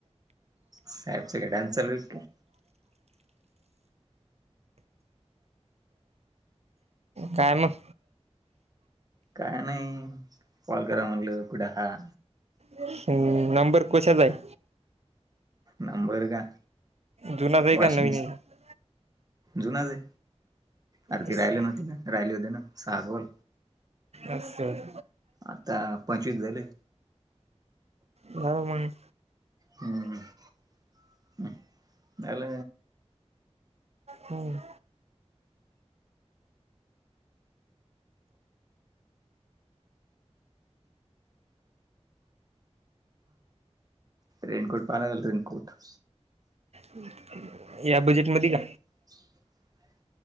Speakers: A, on the right (about 35°); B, on the right (about 70°).
A: साहेबच का डान्स चालूयेत का
B: काय मग
A: काय नाही कॉल करा म्हणलं कुड हा
B: हम्म नंबर कशाचा हाय.
A: नंबर का
B: जुनाच आहे
A: वाशिंगश
B: का नवीन आहे
A: जुनाच ये अरे ते
B: असं
A: राहले नव्हते ना राहिले होते ना सहा कॉल
B: असय -
A: आता पाचवीस झाले.
B: बर मंग
A: हम्म झाल
B: हम्म
A: रेनकोट पाहालाआलो रेनकोट
B: <unintelligible> या बजेट मध्ये का
A: <unintelligible>